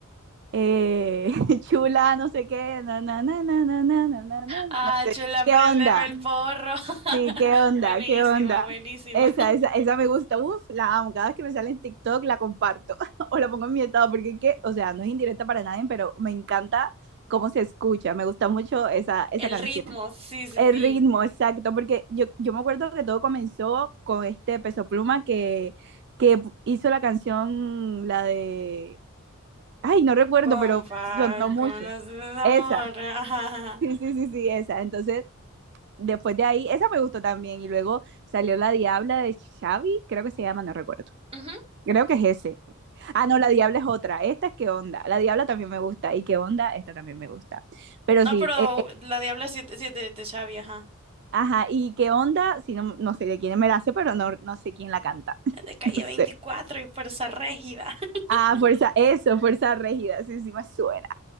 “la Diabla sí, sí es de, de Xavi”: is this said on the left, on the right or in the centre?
Right